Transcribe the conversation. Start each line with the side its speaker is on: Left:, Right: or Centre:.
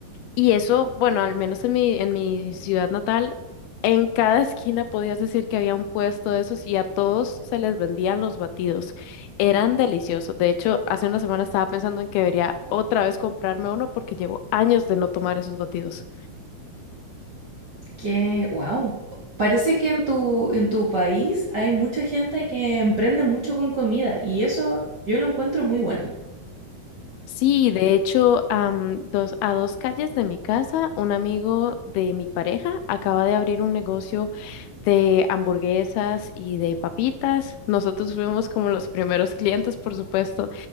Left: y eso, bueno, al menos en mi, en mi ciudad natal, en cada esquina podías decir que había un puesto de esos y a todos se les vendían los batidos. Eran deliciosos. De hecho, hace una semana estaba pensando en que debería otra vez comprarme uno porque llevo años de no tomar esos batidos.
Right: que wow. Parece que en tu, en tu país hay mucha gente que emprende mucho con comida y eso yo lo encuentro muy bueno.
Left: Sí, de hecho, am, dos, a dos calles de mi casa, un amigo de mi pareja acaba de abrir un negocio de hamburguesas y de papitas. Nosotros fuimos como los primeros clientes, por supuesto.